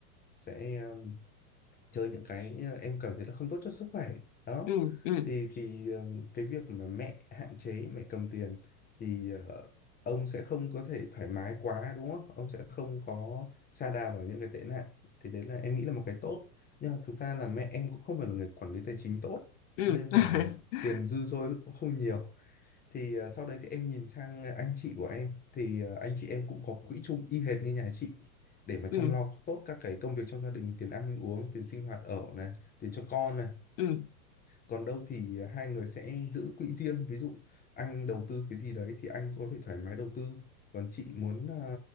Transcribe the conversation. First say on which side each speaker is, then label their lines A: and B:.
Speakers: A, on the left; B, on the left.
A: sẽ um, chơi những cái ờ, em cảm thấy là không tốt cho sức khỏe đó
B: ừ ừ
A: thì thì um, cái việc mà mẹ hạn chế mẹ cầm tiền thì ờ, ông sẽ không có thể thoải mái quá đúng không ông sẽ không có sa đà vào những cái tệ nạn thì đấy là em nghĩ là một cái tốt nhưng mà thực ra là mẹ em cũng không phải là người quản lý tài chính tốt
B: ừ
A: nên
B: ừ
A: là
B: <laughs>
A: tiền dư dôi cũng không nhiều thì ờ, sau đấy thì em nhìn sang anh chị của em thì ờ, anh chị em cũng có quỹ chung y hệt như nhà chị để mà chăm
B: ừ
A: lo tốt các cái công việc trong gia đình tiền ăn uống tiền sinh hoạt ở này tiền cho con này
B: ừ
A: còn đâu thì hai người sẽ giữ quỹ riêng ví dụ anh đầu tư cái gì đấy thì anh có thể thoải mái đầu tư còn chị muốn ờ,